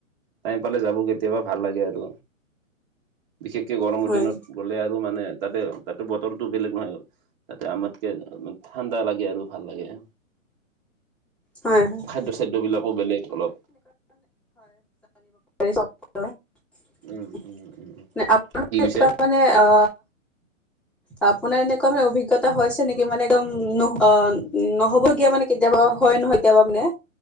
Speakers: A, on the right; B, in the centre.
A: টাইম পালে যাব কেতিয়াবা ভাল লাগে আৰু। বিশেষকে গৰমৰ
B: হয়
A: দিনত, গ'লে আৰু মানে তাতে তাতে বতৰটো বেলেগ নহয়, তাতে আমাতকে ঠাণ্ডা লাগে আৰু ভাল লাগে।
B: হয় <unintelligible>
A: খাদ্য
B: হয়।
A: চাদ্য বিলাকো বেলেগ অলপ
B: পাৰি <unintelligible>
A: উম উম উম উম কি কৈছে
B: মানে অ আপোনাৰ এনেকুৱা মানে অভিজ্ঞতা হৈছে নেকি, মানে একদম নহ নহবগীয়া মানে কেতিয়াবা হয় নহয় কেতিয়াবা মানে,